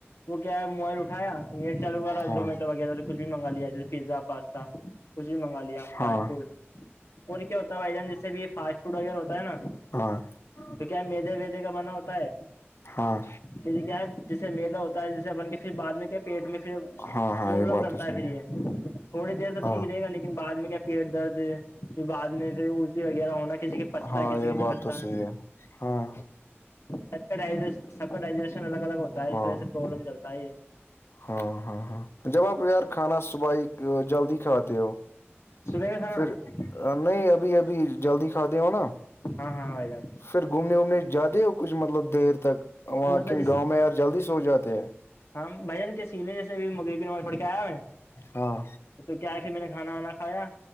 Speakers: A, on the left; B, on the left.
A: وہ کیا ہے موبائل اٹھایا نی چالوغیرہ
B: ہاں
A: زمیٹو وغیرہ تو کچھ بھی منگا لیا جیے پیزا پاستا کچھ بھی منگا لیا
B: ہاں
A: فاسٹ فوڈ اور کیا ہوتا ہے بھائی جان جیسے بھی یہ فاسٹ فوڈ وغیرہ ہوتا ہے نا
B: ہاں
A: تو کیا مدے ودے کا بنا ہوتا ہے
B: ہاں
A: جیے کیا ہے جیسے میدا ہوتا ہے جیسے اپن کے پھر بعد میں کیا پیٹ میں پھر
B: ہاں ہاں
A: پروبلم
B: یہ بات
A: کرتا
B: تو صحیح
A: ہے پھر یہ تھوڑی دیر تو
B: ہاں
A: ٹھیک رہے گا لیکن بع میں کیا پیٹ درد پھر بعد میں پھر الٹی وغیرہ ہونا کسی کے پستا
B: ہاں
A: کسی
B: یہ
A: کے نہیں
B: بات
A: پستا
B: تو صحی ہے ہاں
A: سب کا ڈائ سب کا ڈائجیشن الگ الگ ہوتا ہے
B: ہاں
A: اس وجہ سے پروابلم کرتا ہے یہ
B: ہاں ہاں ہاں جب آپ یار کھانا صبح جلدی کھاتے ہو
A: صبح کا کھانا
B: پھر نہیں ابھی ابھی جلدی کھاتے ہو نا
A: ہاں ہاں بھائی جان
B: پھر گھومنے وومنے جاتے ہو کچھ مطلب دیر تک وہاں
A: مطلب
B: کے
A: جس
B: گاؤں میں یار جلدی سو جاتے ہے
A: ہاں بھجن کے سینئر سے بھی مغربی نماز پڑھ کے آیا ہے میں
B: ہاں
A: تو کیا ہے پھر میں نے کھانا وانا کایا